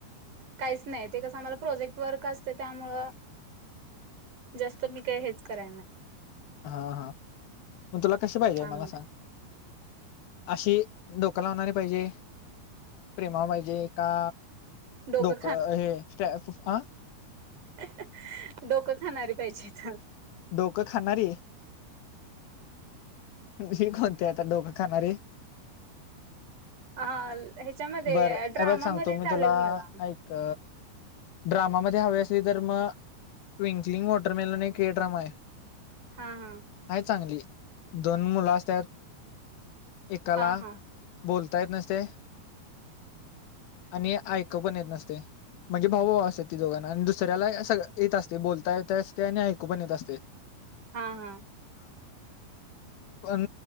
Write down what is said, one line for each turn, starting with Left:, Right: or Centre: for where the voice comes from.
Right: काहीच नाही ते कस आला प्रजेक्ट वर्क असत त्यामळ. जास्त मी काय हेच कराय नाही.
Left: हा हा मग तुला कसे पाहिजे
Right: कामध्ये
Left: मला सांग. अशी डोकं लावणारी पाहिजे प्रेमावर पाहिजे का.
Right: डोकं
Left: डोक हे स्टॅ फु आ.
Right: हं हं अ डोकं खाणारी पाहिजेथ.
Left: डोकं खाणारी. विषय कोणतें आता डोकं खाणारे.
Right: हा ह्याच्यामध्ये
Left: बर
Right: ड्रामामध्ये
Left: ऐ बघ सांगतो मी
Right: चालेल
Left: तुला
Right: मला
Left: ऐक. ड्रामामध्ये हवे असली तर मग टविंकलिंग वॉटरमेलनहा एक हे ड्रामा आहे.
Right: हा हा
Left: आहे चांगली दोन मुलं असत्यात. एकाला
Right: हा हा
Left: बोलता येत नसतय. आणि ऐकु पण येत नसतेय. म्हणजे भाऊ असत्यात ती दोघांना आणि दुसऱ्याला सगळं येत असतंय बोलता येत असतेय आणि ऐकू पण येत असतेय.
Right: हा हा.
Left: पण